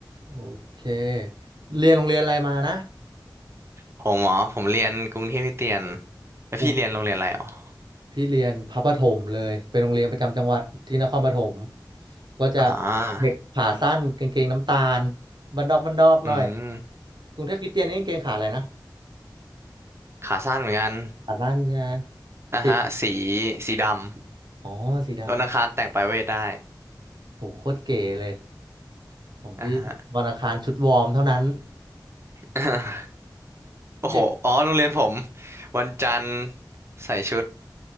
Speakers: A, on the right; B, on the right.
A: โอเคเรียนโรงเรียนอะไรมานะ
B: ผมอ๋อผมเรียนกรุงเทพคริสเตียนแล้วพี่เรียนโรงเรียนอะไรอ๋อ
A: กรุงพี่เรียนพระประถมเลยเป็นโรงเรียนประจำจังหวัดที่นครปฐมก็จะ
B: อ่า
A: เด็กขาสั้นกางเกงน้ำตาลบันดอกบันดอกหน่อย
B: อืม
A: กรุงเทพคริสเตียนนี่กางเกงขาอะไรนะ
B: ขาสั้นเหมือนกัน
A: ขาสั้นใช่ไหม
B: นะฮะสี
A: สี
B: สีดำ
A: อ๋อสีดำ
B: วันอังคารแต่งปลายเวทได้
A: โหโคตรเก๋เลยของพี่วันอังคารชุดวอร์มเท่านั้น
B: นะฮะ <laughs> โอ้โหอ๋อโรงเรียนผม
A: เด็ก
B: วันจันทร์ใส่ชุด